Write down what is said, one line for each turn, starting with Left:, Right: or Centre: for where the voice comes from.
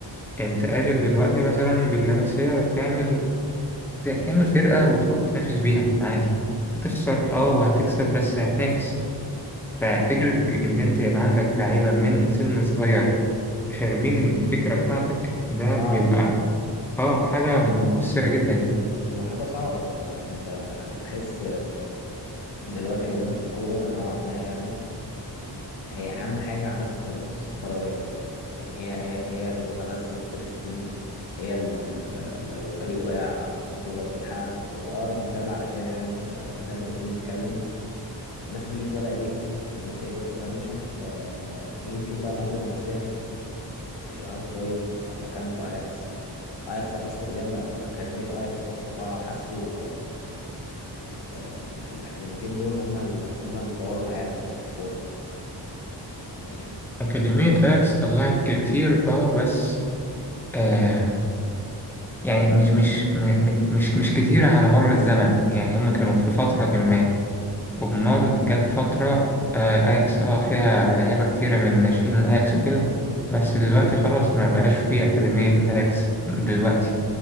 Centre: أنت قادر دلوقتي مثلا باللاماسيا تعمل تعمل فرقة وتروح تنافس بيها عادي هتخسر اه وهتكسب بس هتنافس ففكرة ج- إن أنت يبقى عندك لعيبة من سن صغير شاربين الفكرة بتاعتك ده
Left: صعبة
Centre: بيبقى آه حاجة مؤثرة جدا يعني
Left: هو حاجة صعبة انت انت انا بحس دلوقتي اكاديمية الكورة نوعا ما يعني هي اهم حاجة عامة في المؤسسة الكروية يعني يعني هي هي هي اللي بتغذي الفيرست تيم هي اللي لو الفريق وقع بتقدر تلحقك واقرب مثال على كده يعني آه، دايما لما نيجي نتكلم الناس هتيجي في بالها ايه اللمسية بس انا بشوف آه، نيجي نشوف بقى اللي قبل اللمسية بقى يوهان كرويف لما كان في اياكس اياكس امستردام بقى اكاديمية اياكس بقى الموضوع حاسه آه، آه، الأكاديميتين دول هم ال... هم اللي طوروا العالم يعني في الكورة يعني
Centre: أكاديمية أياكس طلعت كتير آه بس آه يعني مش مش م- م- مش مش كتير على مر الزمن يعني هما كانوا في فترة ما أمال جت فترة آه أياكس آه فيها لعيبة كتيرة من ناشئين الأياكس وكده بس دلوقتي خلاص ما بقاش فيه أكاديمية الأياكس دلوقتي